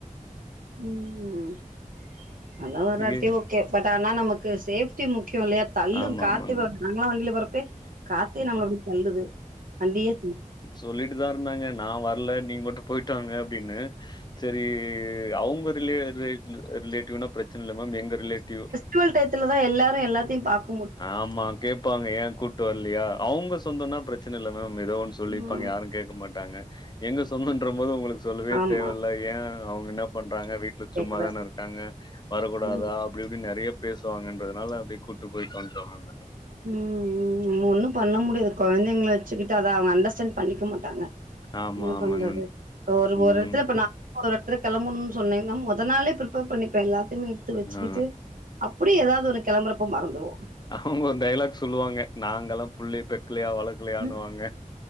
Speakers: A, on the right; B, on the left.
A: ம் மழ வராட்டியு
B: நீங்க
A: பட் ஆனா நமக்கு சேஃப்ட்டி முக்கியோ இல்லையா தள்ளு
B: ஆமா,
A: காத்து
B: ஆமாங்க.
A: <unintelligible> வண்டியில போறக்கே காத்தே
B: ம்ஹ்ம்.
A: நம்மள அப்டி தள்ளுது வண்டியே
B: சொல்லிட்டுதா இருந்தாங்க நா வரல நீங்க மட்டு போயிட்டு வாங்க அப்டின்னு சரி அவுங்க ரிலே ரிலேட்டிவ்னா பிரச்சன இல்ல மேம் எங்க ரிலேட்டிவ்
A: கூல் டைத்துல தா எல்லாரு எல்லத்தியு பாக்
B: ஆமா கேப்பாங்க ஏ கூட்டு வர்லியா அவுங்க சொந்தன்னா பிரச்சன இல்ல மேம் ஏதோ ஒன் சொல்லிர்ப்பாங்க
A: ம்
B: யாரு கேக்க மாட்டாங்க எங்க சொந்தன்ற போது அவங்களுக் சொல்லவே
A: ஆமா
B: தேவ இல்ல ஏ அவங்க என்ன பண்றாங்க வீட்ல
A: கேக்குதா
B: சும்மாதான இருக்காங்க வரக்கூடாதா
A: ம்
B: அப்டி இப்டின் நெறய பேசுவாங்கன்றதுனால அப்டி கூட்டு போய்டு வன்டோ மேம்
A: ம் ம் ஒண்ணு பண்ண முடியாது குழந்தைங்கள வெச்சுக்கிட்டு அத அவங் அண்டஸ் ன் பண்ணிக்க மாட்டாங்க
B: ஆமா,
A: என்ன
B: ஆமாங்க
A: பண்றது
B: மேம்.
A: ப்போ ஒரு
B: ம்.
A: ஒரு இடத்துல இப்ப நா <inaudible> இடத்துல கிளம்பணு சொன்னிங்ன்னா முதல் நாளே பிரிப்பர் பண்ணிப்பே எல்லாத்தைமே எடுத்து வெச்சுக்கிட்டு
B: ஆ.
A: அப்டியே எதாவது ஒன்னு கிளம்பறப்ப மறந்துருவோ
B: அவங்க ஒரு டைலாக் சொல்லுவாங்க நாங்கெல்லா புள்ளிய பெக்கலயா வளக் லியாணுவாங்க
A: ம்